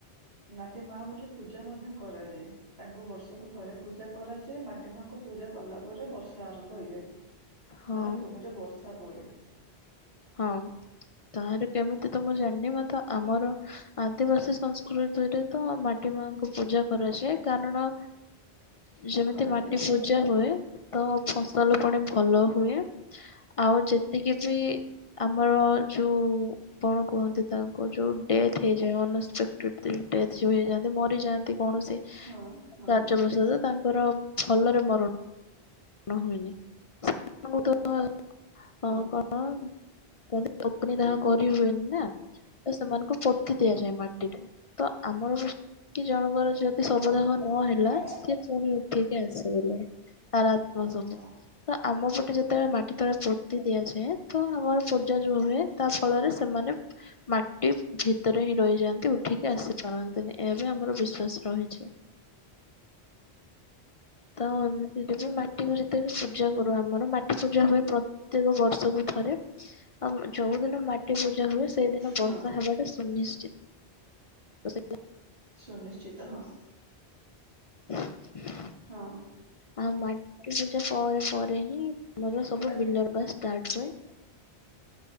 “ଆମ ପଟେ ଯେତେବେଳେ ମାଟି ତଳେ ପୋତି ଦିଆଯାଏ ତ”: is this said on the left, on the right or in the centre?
Left